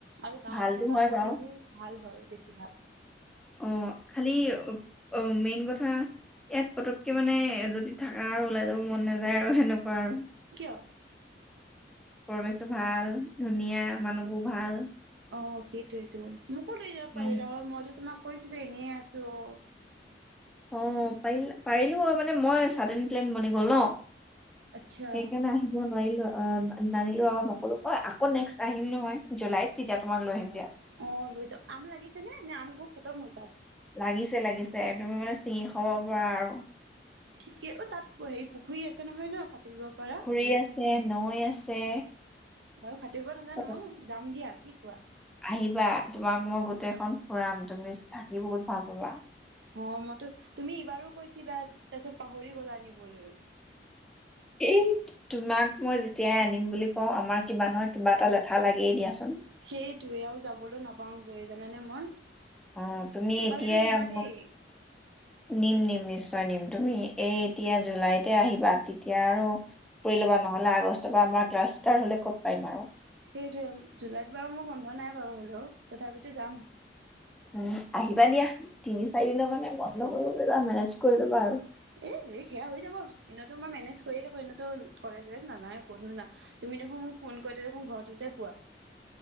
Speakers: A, on the right (about 80°); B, in the centre.
A: আৰু গাঁৱত
B: ভালতো
A: থকা
B: হয়
A: পোৱালীবোৰ
B: বাৰু
A: ভাল হয়। বেছিভাগ
B: অ খালি অ মেইন কথা ইয়াত পতককে মানে যদি থকা আৰু ওলাই যাব মন নাযায় আৰু সেনেকুৱা আৰু
A: কিয়?
B: পৰিৱেশটো ভাল ধুনীয়া মানুহবোৰ ভাল।
A: অ সেইটোৱেইটো। মোক ক' লৈ যাব
B: উম
A: পাৰা মই তোমাক কৈছিলো এনেই আছোঁ অঁ
B: অ পাৰিল পাৰিলো মানে মই চডেন প্লেন বনি গল ন
A: আচ্ছা
B: সেইকাৰণে আহিব নোৱাৰিলো আৰু অ নানিলো আৰু নকললো কই আকৌ নেক্সট আহিম নহয় জুলাইত তেতিয়া তোমাক লৈ আহিম দিয়া।
A: অ লৈ যা আম লাগিছে নে নে আম বোৰ খতম হ'ল তাত
B: লাগিছে লাগিছে একদমি মানে চিঙি খাব পৰা আৰু
A: ঠিকে অ তাত হেৰি পুখুৰী আছে নহয় ন সাঁতুৰিব পাৰা
B: পুখুৰী আছে নৈ আছে।
A: বাৰু হাতুৰীব নাজানো
B: চব আছে
A: অ যাম দিয়া কি? কোৱা।
B: আহিবা তোমাক মই গোটেই গোটেইখন ফুৰাম তুমি কোৱা
A: অ মইতো তুমি ইবাৰো কৈছিলা তাৰপিছত পাহৰি গ'লা আহিবলৈ।
B: এই তোমাক মই যেতিয়াই আনিম বুলি ক আমাৰ কিবা নহয় কিবা এটা লেঠা লাগিয়েই দিয়াচোন।
A: সেইটোৱে আৰু যাবলৈ নাপাওঁ গৈ জানানে মই,
B: অ তুমি
A: এইবাৰ
B: এতিয়াই
A: কিন্তু নিবা
B: ম
A: দেই
B: নিম নিম নি, নিশ্চয় নিম তুমি এই এতিয়া জুলাইতে আহিবা তেতিয়া আৰু ফুৰি ল'বা নহলে আগষ্টৰ পৰা আমাৰ ক্লাছ ষ্টাৰ্ট হলে ক'ত পাৰিম আৰু
A: সেইটো জুলাইত বাৰু মই বন্ধ নাই বাৰু হলেও তথাপিতো যাম।
B: উম আহিবা দিয়া তিনি চাৰি দিনৰ কাৰানে বন্ধ কৰিব পাৰিবা মেনেজ কৰি ল'বা আৰু
A: এ এই সেয়া হৈ যাব এনেইতো মই মেনেজ কৰিয় থাকো এনেতো কলেজ চলেজ নাযায ক'তনোযাওঁ তুমি দেখোন মোক ফোন কৰি দেখোন ঘৰটোতে পোৱা